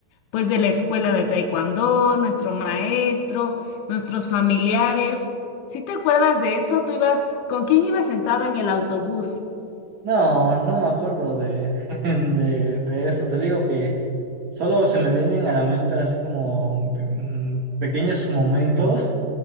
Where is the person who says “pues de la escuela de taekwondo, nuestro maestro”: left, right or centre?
Left